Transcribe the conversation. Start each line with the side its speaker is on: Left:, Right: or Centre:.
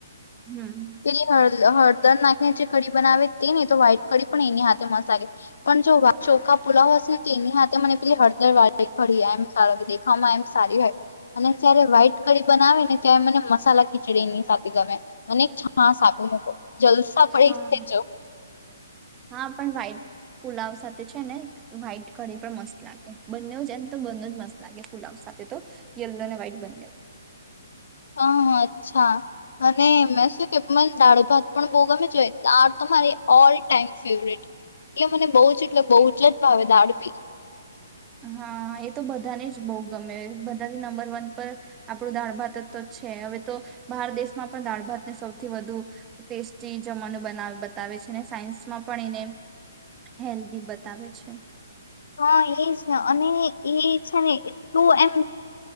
Right: હમ.
Left: એ હળ હળ દર નાખીને જે કડી બનાવે તે ને તો વ્હાઈટ ખડી પણ એની હાથે મસાલે પણ જો ચોખા પુલાવ હશે ને તો એની સાથે મને પેલી હળદર વા કી એમ સાર દેખવામાં એમ સારી હોય અને જય્યારે વ્હાઈટ કડીી બનાવે ને ત્યારે મને મસાલા ખીચડી એની સાથે ગમે અને છાસ આપી લોકો જલસા પડીસ્
Right: હા
Left: છો
Right: હા પણ વાઈટ પુલાવ સાથે છે ને વ્હાઈટ કઢી પણ મસ્ત લાગે બંને જ એમ તો બં જ મસ્ત લાગે પુલાવ સાથે તો યલો ને વ્હાઈટ બંને
Left: હ અચ્છા અને મે શું કે મને દાળ ભાત પણ બોગમે જોઈ આ તમા ઓલ ટાઈમ ફેવરેટ એ મને બહુ એટલે બહુ
Right: એ
Left: જ ભાવે દાળ બી.
Right: હા એ તો બધાને જ બહુ ગમે. બધાથી નંબર વન પર આપણું દાળ-ભાત છે. હવે તો બહાર દેશમાં પણ દાળ ભાતને સૌથી વધુ ટેસ્ટી જમવાનુ બતાવે છે ને સાયન્સમાં પણ એને હેલ્ધી બતાવે છે.
Left: હા એજ ને, અને એ છે ને એટલું એમ